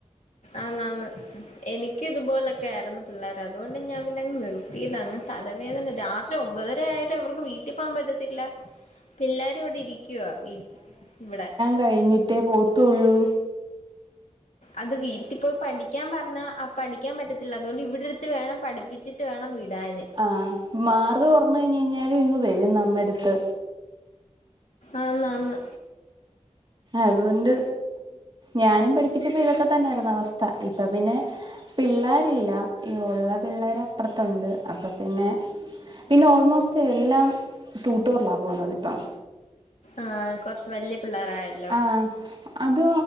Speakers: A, on the left; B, on the right.
A: ആന്ന് ആന്ന് എനിക്ക് ഇതുപോലൊക്കെ ആയിരുന്നു പിള്ളേർ അതുകൊണ്ട് ഞാൻ പിന്നെങ് നിർത്തിയതാ അങ് തലവേദന രാത് ഒമ്പതര ആയിട്ടും അവർക്ക് വീട്ടിൽ പോവാൻ പറ്റത്തില്ല പിള്ളേ ഇവിടെ ഇരിക്കുവാ വീട്ടിൽ ഇവിടെ
B: കഴിഞ്ഞിട്ടെ പോവത്തുള്ളൂ
A: അത് വീട്ടിൽ പോയി പഠിക്കാൻ പറഞ്ഞാ പഠിക്കാൻ പറ്റത്തില്ല അതുകൊണ്ട് ഇവിടെ ഇരുത്തി വേണം പഠിപ്പിച്ചിട്ട് വേണം വിടാന്
B: ആ മാർക്ക് കുറഞ്ഞഴിഞ്ഞാലും ഇങ്ങ് വരും നമ്മ അടുത്ത്
A: ആന്ന് ആന്ന്
B: അതുകൊണ്ട് ഞാനും പഠിപ്പിച്ചപ്പൊ ഇതൊക്കെ തന്നെയായിരുന്നു അവസ്ഥ ഇപ്പൊ പിന്നെ പിള്ളേരില്ല ഈ ഉള്ള പിള്ളേർ അപ്പുറത്തുണ്ട് അപ്പൊ പിന്നെ പിന്നെ ഓൾമോസ്റ്റ് എല്ലാം ടൂട്ടോറിലാ പോണത് ഇപ്പം
A: ആഹ കൊറച്ച് വല്യ പിള്ളേരായല്ലോ
B: ആ അത്